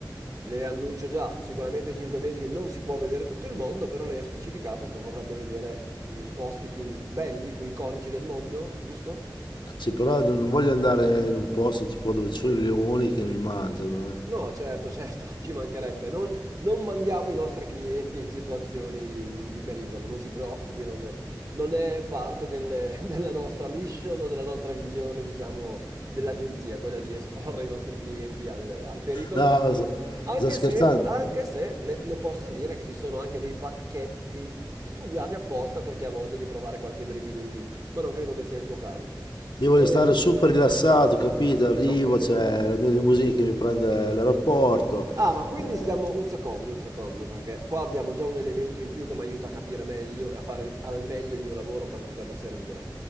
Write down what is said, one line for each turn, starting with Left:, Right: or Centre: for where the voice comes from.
Right: le annuncio già, sicuramente 5 mesi non si può vedere tutto il mondo, però lei ha specificato che vorrebbe vedere mm, i posti più belli, più iconici del mondo, giusto?
Left: Sì, però non, non voglio andare in un posto tipo dove ci sono i leoni che mi mangiano, eh.
Right: No, certo, certo, <laughs> ci mancherebbe. Non, non mandiamo i nostri clienti in situazioni di, di pericolo, non si preoccupi, non, non è parte del- <laughs> della nostra mission o della nostra visione, diciamo, dell'agenzia, quella di esporre i nostri clienti al, al pericolo.
Left: No, sta
Right: Anche
Left: sta scherzando.
Right: se, anche se le, le posso dire che ci sono anche dei pacchetti studiati apposta per chi ha voglia di provare qualche brivido in più, ma non credo che sia il suo caso.
Left: Io voglio
Right: Eh,
Left: stare super rilassato, capito? Arrivo,
Right: ok.
Left: c'è la mia limousine che mi prende all'aeroporto.
Right: Ah, ma quindi
Left: Eh,
Right: stiamo un secondo, un secondo, perché qua abbiamo già un elemento in più che mi aiuta a capire meglio e a fare al meglio il mio lavoro per poterla servire.